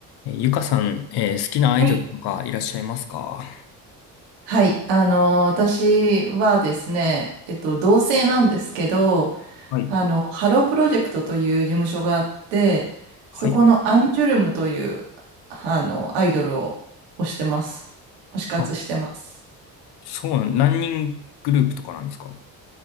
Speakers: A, on the left (about 70°); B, on the right (about 85°).
A: えーゆかさん、えー好きなアイドルとかいらっしゃいますか
B: はい。はい。あの、私はですね、えっと、同性なんですけど、
A: はい、
B: あの、ハロープロジェクトという事務所があって、
A: はい。
B: そこのアンジュルムという、あの、アイドルを推してます。推し活してます。
A: あ、そうなん、何人グループとかなんですか